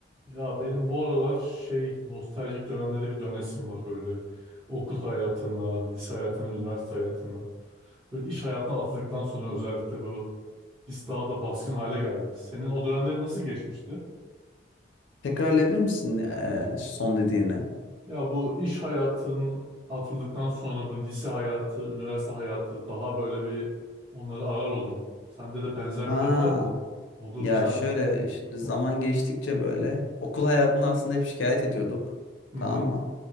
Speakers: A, on the right; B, on the left.
A: Ya benim bu aralar şey nostaljik dönemlere bir dönesim var böyle. Okul hayatına, lise hayatına, üniversite hayatına. Böyle iş hayatına atıldıktan sonra özellikle bu his daha da baskın hale geldi. Senin o dönemleri nasıl geçmişti?
B: Tekrarlayabilir misin eee, son dediğini?
A: Ya bu iş hayatın atıldıktan sonra bu lise hayatı, üniversite hayatı daha böyle bir onları arar oldum. Sende de benzer
B: Ha,
A: bir durum var mı? O durum
B: ya
A: sende.
B: şöyle şimdi zaman
A: Hı
B: geçtikçe böyle okul hayatında aslında hep şikayet ediyorduk.
A: hı
B: Tamam mı?